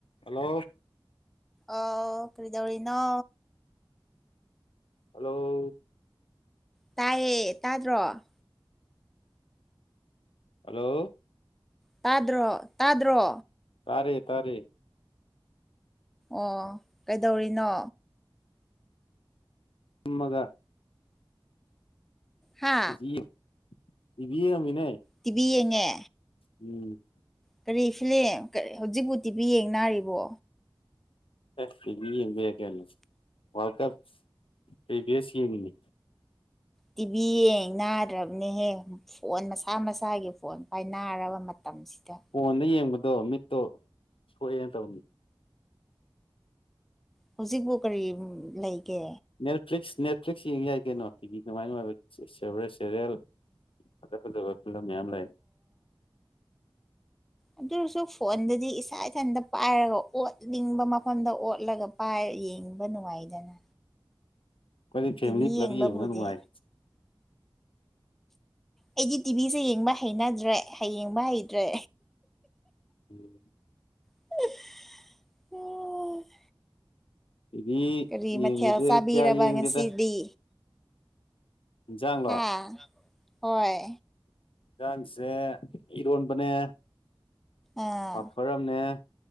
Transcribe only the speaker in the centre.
ꯑꯥꯎ ꯀꯩꯗꯧꯔꯤꯅꯣ
ꯇꯥꯏꯌꯦ ꯇꯥꯗ꯭ꯔꯣ
ꯇꯥꯗ꯭ꯔꯣ ꯇꯥꯗ꯭ꯔꯣ
ꯑꯣ ꯀꯩꯗꯧꯔꯤꯅꯣ
ꯍꯥ
ꯇꯤꯕꯤ ꯌꯦꯡꯉꯦ
ꯀꯔꯤ ꯐꯤꯂꯦꯝ ꯀꯔ ꯍꯧꯖꯤꯛꯄꯨ ꯇꯤꯚꯤ ꯌꯦꯡꯅꯔꯤꯕꯣ
ꯇꯤꯚꯤ ꯌꯦꯡ ꯅꯥꯗ꯭ꯔꯕꯅꯦꯍꯦ ꯐꯣꯟ ꯃꯁꯥ ꯃꯁꯥꯒꯤ ꯐꯣꯟ ꯄꯥꯏꯅꯔꯕ ꯃꯇꯝꯁꯤꯗ
ꯍꯧꯖꯤꯛꯄꯨ ꯀꯔꯤ ꯑꯝ ꯂꯩꯒꯦ
ꯑꯗꯣꯏꯁꯨ ꯐꯣꯟꯗꯗꯤ ꯏꯁꯥ ꯏꯊꯟꯇ ꯄꯥꯏꯔꯒ ꯑꯣꯠꯅꯤꯡꯕ ꯃꯐꯝꯗ ꯑꯣꯠ ꯂꯒ ꯄꯥꯏꯔ ꯌꯦꯡꯕ ꯅꯨꯡꯉꯥꯏꯗꯅ
ꯇꯤꯚꯤ
ꯌꯦꯡꯕꯕꯨꯗꯤ
ꯑꯩꯗꯤ ꯇꯤꯚꯤꯁꯦ ꯌꯦꯡꯕ ꯍꯩꯅꯗ꯭ꯔꯦ ꯍꯌꯦꯡꯕ ꯍꯩꯇ꯭ꯔꯦ
<unintelligible>
ꯀꯔꯤ
ꯃꯊꯦꯜ ꯆꯥꯕꯤꯔꯕ
ꯉꯁꯤꯗꯤ
ꯍꯥ ꯍꯣꯏ
ꯑꯥ